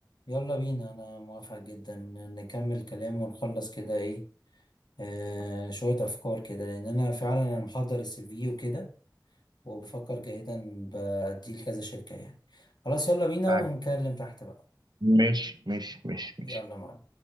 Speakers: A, on the left (about 65°); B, on the right (about 65°).
A: يلا بينا انا موافق جدا نكمل كلام ونخلص كده ايه آه شوية افكار كده لان انا فعلا انا محضر السي في وكده وبفكر جاهدا بأديه لكذا شركة يعني خلاص يلا بينا
B: تعال
A: ونكلم تحت بقى
B: ماشي ماشي ماشي
A: يلا
B: ماشي
A: معاك